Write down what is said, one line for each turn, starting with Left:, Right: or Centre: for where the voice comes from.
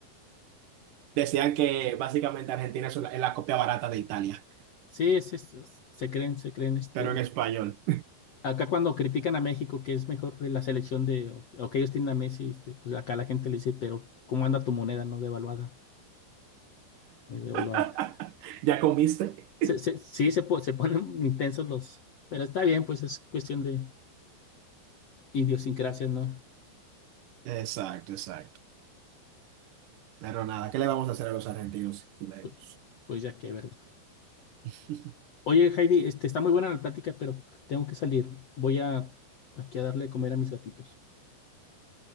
Right: Decían que básicamente Argentina es la, es la copia barata de Italia,
Left: Sí, es, es- es- se creen, se creen este.
Right: pero en español.
Left: Acá cuando critican a México, que es mejor la selección de, o, o que ellos tienen a Messi, este, pues acá la gente le dice, pero ¿cómo anda tu moneda, no devaluada? Muy devaluada.
Right: <laughs> ¿Ya comiste?
Left: Se, se- sí, se, po- se ponen <laughs> intensos los, pero está bien, pues es cuestión de idiosincrasias, ¿no?
Right: Exacto, exacto. Pero nada, ¿qué le vamos a hacer a los argentinos y chilenos?
Left: Pues, pues ya que, ¿verdad?
Right: <laughs>
Left: Oye, Heidi, este, está muy buena la plática, pero tengo que salir. Voy a aquí a darle de comer a mis gatitos.